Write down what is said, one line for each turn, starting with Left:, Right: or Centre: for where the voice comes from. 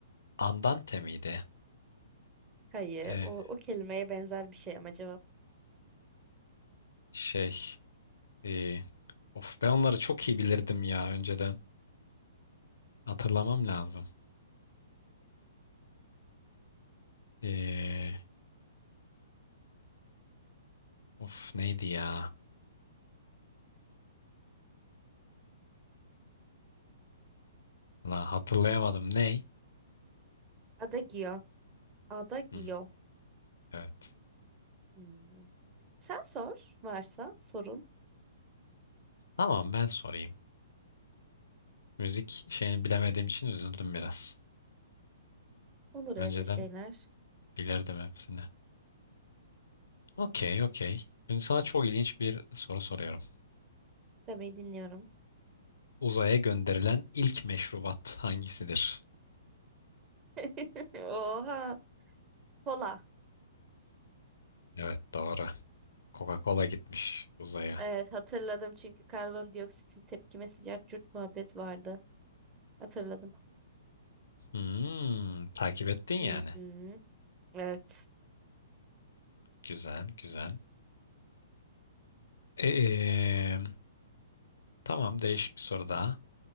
Left: Andante miydi?
Right: Hayır,
Left: Ee,
Right: o, o kelimeye benzer bir şey ama cevap.
Left: şey, e, of ben onları çok iyi bilirdim ya önceden. Hatırlamam lazım. Ee, of neydi ya? La hatırlayamadım. Ney?
Right: Adagio. Adagio.
Left: Hmm. Evet.
Right: Hmm. Sen sor varsa sorun.
Left: Tamam ben sorayım. Müzik şeyini bilemediğim için üzüldüm biraz.
Right: Olur
Left: Önceden
Right: öyle şeyler.
Left: bilirdim hepsini. Okey, okey. Şimdi sana çok ilginç bir soru soruyorum.
Right: Demeyi dinliyorum.
Left: Uzaya gönderilen ilk meşrubat hangisidir?
Right: <laughs> Oha. Kola.
Left: Evet, doğru. Coca-Cola gitmiş uzaya.
Right: Evet hatırladım çünkü karbondioksitin tepkimesi cart curt muhabbet vardı. Hatırladım.
Left: Hmm, takip ettin yani.
Right: Hı hı. Evet.
Left: Güzel, güzel. Ee, tamam, değişik bir soru daha.